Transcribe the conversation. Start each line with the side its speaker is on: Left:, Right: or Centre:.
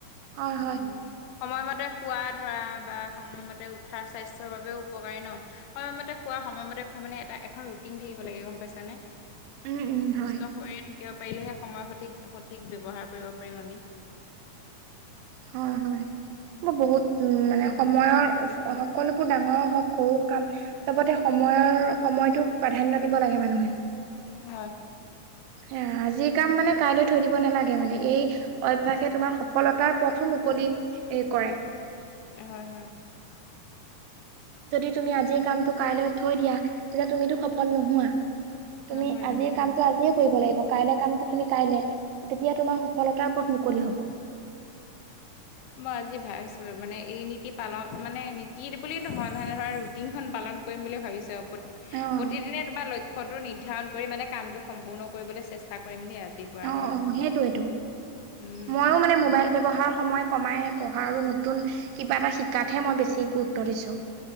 Right: হয় হয়
Left: উম। সময়মতে খোৱা ধৰা বা সময়মতে উঠাৰ স্বাস্থ্যৰ বাবেও উপকাৰী ন। সময়মতে খোৱা সময়মতে খোৱা মানে এটা এখন ৰুটিন থাকিব লাগে গম পাইছা নে?
Right: উম উম
Left: সুস্থ
Right: হয়।
Left: শৰীৰ থাকিব পাৰিলেহে সময় সঠিক সঠিক ব্যৱহাৰ কৰিব পাৰিম আমি।
Right: হয় হয়। বহুত উম মানে সময়ৰ সকলোবোৰ ডাঙৰ হওক সৰু কাম চবতে সময়ৰ সময়টো প্ৰাধানয় দিব লাগে মানুহে।
Left: হয়।
Right: এ আজিৰ কাম মানে কাইলৈ থৈ দিব নালাগে মানে এই অভ্যাসে তোমাৰ সফলতাৰ পথো মুকলি এ কৰে।
Left: হয় হয়।
Right: যদি তুমি আজিৰ কামটো কাইলৈ থৈ দিয়া তেন্তে তুমিতো সফল নোহোৱা। তুমি
Left: নহয়
Right: আজিৰ
Left: নহয়
Right: কামটো আজিয়ে কৰিব লাগিব। কাইলৈ কামটো তুমি কাইলে তেতিয়া তোমাৰ সফলতাৰ পথ মুকলি হ'ব।
Left: মই আজি ভাবিছো বাৰু মানে এই নীতি পালন মানে নীতি বুলি নহয় মানে ধৰা ৰুটিনখন পালন কৰিম বুলি ভাবিছোঁ। প্ৰ
Right: অ অ
Left: প্ৰতিদিনে তোমাৰ লক্ষটো নিৰ্ধাৰণ কৰি মানে কামটো সম্পূৰ্ণ কৰিবলৈ চেষ্টা কৰিম দেই আজিৰ পৰা
Right: অঁ অঁ সেইটোইটো
Left: উম
Right: মইয়ো মানে মোবাইল ব্যৱহাৰ সময় কমাই পঢ়া আৰু ন তুন কিবা এটা শিকাতহে মই বেছি গুৰুত্ব দিছোঁ।